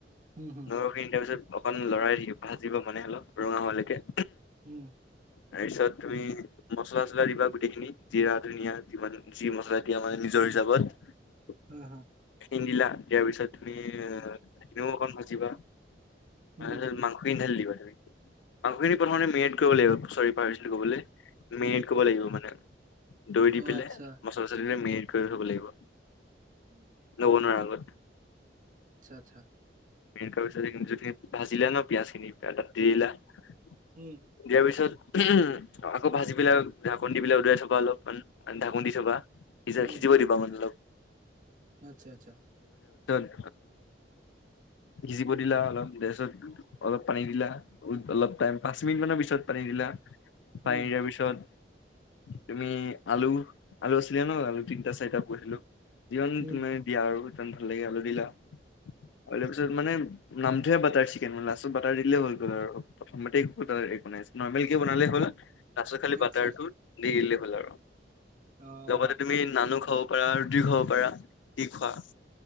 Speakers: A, on the right; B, on the left.
A: উম, হম,
B: নহৰুখিনি দিয়াৰ পিছত, অকন লৰাই ভাজিব মানে অলপ ৰঙা হোৱালৈকে।
A: উম।
B: তাৰ পিছত তুমি মছলা চছলা দিবা গোটেইখিনি, জিৰা, ধনিয়া, যিমান যি মছলা দিয়া মানে নিজৰ যাবত
A: উম হুম।
B: <unintelligible> কন্ দিলা। দিয়াৰ পিছত তুমি এনেও অকণ ভাজিবা।
A: উম,
B: লাহে লাহে মাংস খিনি ঢালি দিবা তুমি। মাংসখিনি প্ৰথমতে মেৰিট কৰিব লাগিব, চৰি পাহৰিছিলো কবলে। মেৰিট কৰিব লাগিব মানে। ধুই দি
A: অ',
B: পেলাই,
A: আচ্ছা,
B: মছলা চছলা দি মেৰিট কৰি থব লাগিব।
A: উ <inaudible>
B: ক'ব নোৱাৰা আগত।
A: আচ্ছা,
B: মেৰিট কৰা পিছত সেইখিনি যদি ভাজিলা ন পিয়াজ খিনি, ত তাত দি দিলা, দিয়া
A: উম,
B: পিছত, উমহুম। আকৌ ভাজি পেলাই ঢাকন দি পেলাই উদুৱাই থবা অলপমান, ঢাকন দি থবা। সিজাৰ
A: উম।
B: সিজিব দিবা মানে অলপ।
A: আচ্ছা আচ্ছা।
B: অ। সিজিব দিলা অলপ, দিয়াছত, অলপ পানী দিলা, অলপ টাইম পাঁচ মিনিট মানৰ পিছত পানী দিলা, পানী
A: উম,
B: দিয়াৰ পিছত, তুমি আলু, আলু আছিলে ন, আলু তিনটা চাৰিটা কুটিলো। যিমান
A: উম,
B: তুমি দিয়া আৰু যিমান ভাল লাগে আলু দিলা। তাৰ পিছত মানে, নামটোহে বাটাৰ চিকেন লাষ্টত বাটাৰ দিলে হৈ গ'ল আৰু, প্ৰথমতে ক <unintelligible> নৰ্মেলকে বনালেই হ'ল। পাছত খালি
A: আচ্ছা,
B: বাটাৰটো
A: আচ্ছা,
B: দি দিলেই হ'ল আৰু।
A: অ',
B: লগতে তুমি নানু খাব পাৰা ৰুটি খাব পাৰা। কি খোৱা?